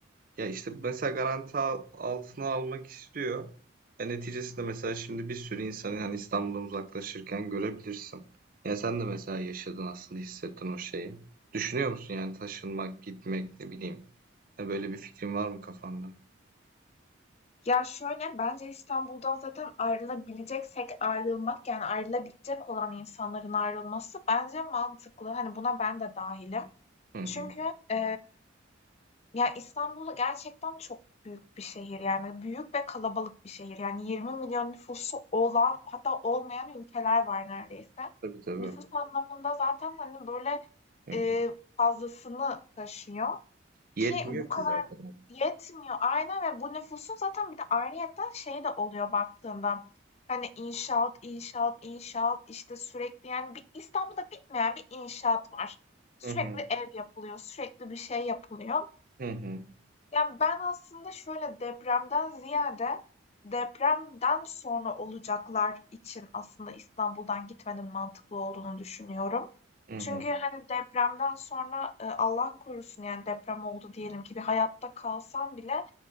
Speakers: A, on the right; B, on the left.
A: Ya işte mesela garanti al- altına almak istiyor. E neticesinde mesela şimdi bir sürü insanı hani İstanbul'dan uzaklaşırken görebilirsin. Ya sen de mesela yaşadın aslında hissettin o şeyi. Düşünüyor musun yani taşınmak, gitmek ne bileyim. Ha böyle bir fikrin var mı kafanda?
B: Ya şöyle bence İstanbul'dan zaten ayrılabileceksek ayrılmak yani ayrılabilecek olan insanların ayrılması bence mantıklı. Hani buna ben de dahilim.
A: Hı hı.
B: Çünkü e, Ya, İstanbul gerçekten çok büyük bir şehir, yani büyük ve kalabalık bir şehir. Yani yirmi milyon nüfusu olan hatta olmayan ülkeler var neredeyse.
A: Tabii tabii.
B: Nüfus anlamında zaten, hani, böyle,
A: Hı
B: eee,
A: hı.
B: fazlasını taşıyor
A: Yetmiyor
B: ki bu kadar
A: ki zaten.
B: yetmiyor Aynen ve bu nüfusun zaten bir de ayrıyeten şey de oluyor baktığında, hani, inşaat, inşaat, inşaat, işte, sürekli, yani, bir İstanbul'da bitmeyen bir inşaat var. Sürekli
A: Hı hı.
B: ev yapılıyor, sürekli bir şey yapılıyor.
A: Hı hı.
B: Ya, ben aslında şöyle, depremden ziyade depremden sonra olacaklar için aslında İstanbul'dan gitmenin mantıklı olduğunu düşünüyorum.
A: Hı hı.
B: Çünkü, hani, depremden sonra, eee, Allah korusun, yani, deprem oldu diyelim ki bir hayatta kalsan bile